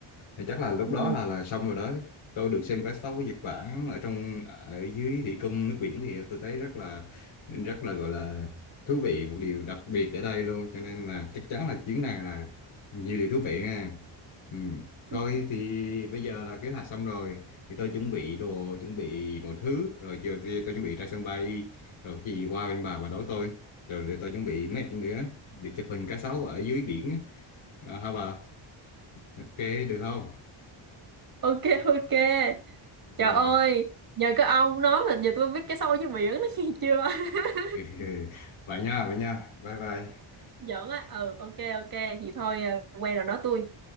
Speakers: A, on the left (about 70°); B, on the right (about 45°).
A: thì chắc là lúc
B: ừ.
A: đó là là xong rồi đó tôi được xem quét sóc của Nhật Bản ở trong ở dưới thủy cung nước biển thì tôi thấy rất là rất là gọi là thú vị một điều đặc biệt ở đây luôn cho nên là chắc chắn là chuyến này là nhiều điều thú vị nha ừ. thôi
B: <laughs> ừ.
A: thì bây giờ là kế hoạch xong rồi thì tôi chuẩn bị đồ chuẩn bị mọi thứ rồi chiều thì tôi chuẩn bị ra sân bay rồi cái gì qua bên bà bà đón tôi rồi để tôi chuẩn bị mấy ảnh nữa để chụp hình cá sấu ở dưới biển á. à, hả bà ok được không
B: ok ok
A: ok
B: trời ơi nhờ cái ông nói mà giờ tôi biết cái sâu với miệng nó nghe chưa <laughs>
A: <laughs> vậy nha vậy nha bye bye
B: giỡn á ừ ok ok vậy thôi ờ, quen rồi nói tôi